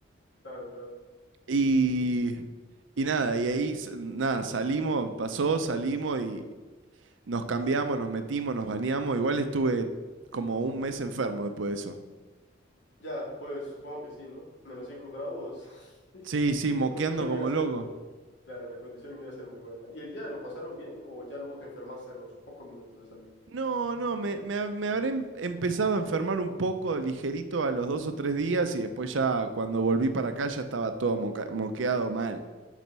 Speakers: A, on the left (about 65°); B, on the right (about 75°).
A: Claro, claro.
B: Y, y nada, y ahí s- nada, salimos, pasó, salimos y nos cambiamos, nos metimos, nos bañamos. Igual estuve como un mes enfermo después de eso.
A: Ya, pues supongo que sí, ¿no? Menos 5 grados. <laughs>
B: Sí, sí,
A: La
B: moqueando
A: condición
B: como
A: no iba a ser,
B: loco.
A: claro, la condición no iba a ser muy buena. ¿Y el día lo pasaron bien o ya luego te enfermaste a los pocos minutos de salir?
B: No, no, me, me ha- me habré em- empezado a enfermar un poco ligerito a los dos o tres días y después ya cuando volví para acá ya estaba todo moca- moqueado mal.